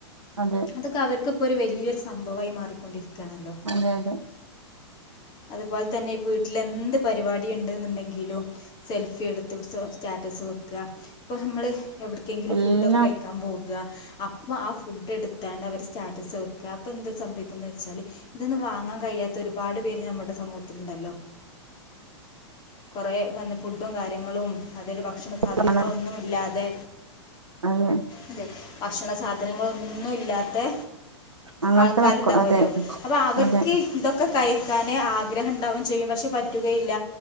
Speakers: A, on the right; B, on the left.
A: അതെ
B: അതൊക്കെ അവർക്കിപ്പോ ഒരു വലിയൊരു സംഭവമായി മാറിക്കൊണ്ടിരിക്കയാണല്ലോ
A: അതെ അതെ
B: അതുപോലെ തന്നെ ഇപ്പ വീട്ടിൽ എന്ത് പരിപാടി ഉണ്ടെന്നുണ്ടെങ്കിലും സെൽഫി എടുത്ത് സ്റ്റാറ്റസ് വെക്ക ഇപ്പൊ നമ്മള് എവിടക്കെങ്കിലും
A: എല്ലാം
B: ഫുഡ് ഒക്കെ കഴി ക്കാൻ പോക അപ്പൊ ആ ഫുഡ് എടുത്താണ്ട് അവര് സ്റ്റാറ്റസ് വെക്ക അപ്പ എന്താ സംഭവിക്കുന്നവെച്ചാൽ ഇതൊന്നും വാങ്ങാൻ കഴിയാത്ത ഒരുപാട് പേര് നമ്മുടെ സമൂഹത്തിലുണ്ടല്ലോ കുറെ നല്ല ഫുഡും കാര്യങ്ങളും അതില് ഭക്ഷണ സാധനങ്ങളൊന്നും
A: ആണ്.
B: ഇല്ലാതെ
A: അതെ
B: അതെ ഭക്ഷണ സാധനങ്ങളൊന്നും ഇല്ലാത്തെ
A: അങ്ങനത്തെ
B: ആൾക്കാരുണ്ടാവല്ലോ
A: മക്കൾ അതെ
B: അപ്പൊ അവർക്ക്
A: അതെ
B: ഇതൊക്കെ കഴിക്കാന് ആഗ്രഹം ഉണ്ടാവുകയും ചെയ്യും പക്ഷെ പറ്റുകയുമില്ല